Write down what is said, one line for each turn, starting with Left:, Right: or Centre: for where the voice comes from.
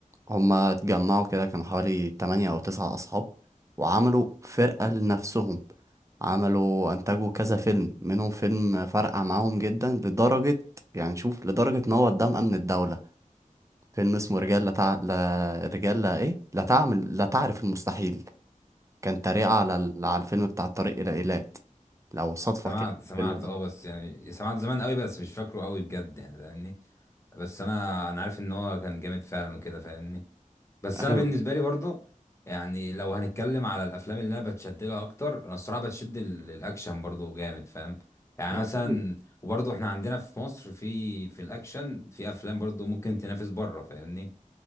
Right: هما اتجمعوا كده كانوا حوالي تمانية أو تسعة أصحاب وعملوا فرقة لنفسهم عملوا أنتجوا كذا فيلم منهم فيلم فرقع معاهم جدا لدرجة يعني شوف لدرجة إن هو قدام أمن الدولة فيلم اسمه رجال لا تع... لا رجال لا إيه لا تعمل لا تعرف المستحيل كان تريقة على ال... على الفيلم بتاع الطريق إلى إيلات لو صدفة
Left: سمعت
Right: كده
Left: سمعت
Right: الفيلم ده
Left: اه بس يعني سمعت زمان قوي بس مش فاكره قوي بجد يعني فاهمني بس انا انا عارف ان هو كان جامد فعلا وكده فاهمني بس انا
Right: أيوه
Left: بالنسبه لي برضو يعني لو هنتكلم على الافلام اللي انا بتشد لها اكتر انا الصراحه بتشد ال- الاكشن برضو جامد فاهم يعني
Right: جميل
Left: مثلا وبرضو احنا عندنا في مصر في في الاكشن في افلام برضو ممكن تنافس بره فاهمني